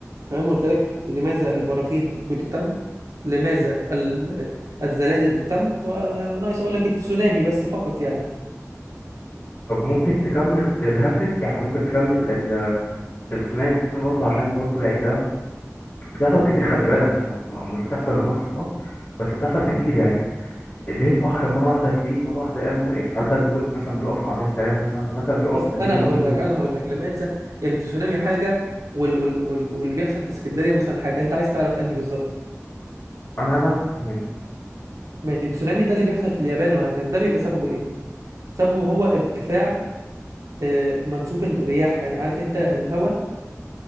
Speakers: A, on the right; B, on the left.
A: تمام قلت لك لماذا البراكين بتتم لماذا ال- الزلازل بتتم وناقص اقول لك التسونامي بس فقط يعني
B: طب ممكن تكمل الهاتريك يعني ممكن تكمل ال- الثنائي برضه عشان برضه يعني ده بتحصل كتير خلي بالك يعني مش بتحصل لمصر اه بس بتحصل كتير يعني اللي هي البحر مره واحده تلاقيه مره واحده قام وقف هل ده بيوقف مثلا بيقف تعظيم سلام مثلا ولا بيقف
A: بس
B: نتيجه
A: انا هقول
B: برضو
A: لك انا هقول لك لماذا يعني التسونامي حاجه وال وال وال واللي بيحصل في اسكندريه مثلا حاجه انت عايز تعرف انهي بالظبط
B: انا عايز اعرف السنه
A: ماشي التسونامي ده اللي بيحصل في اليابان وهكذا ده بيبقى سببه ايه سببه هو ارتفاع آه، منسوب الرياح يعني عارف انت الهواء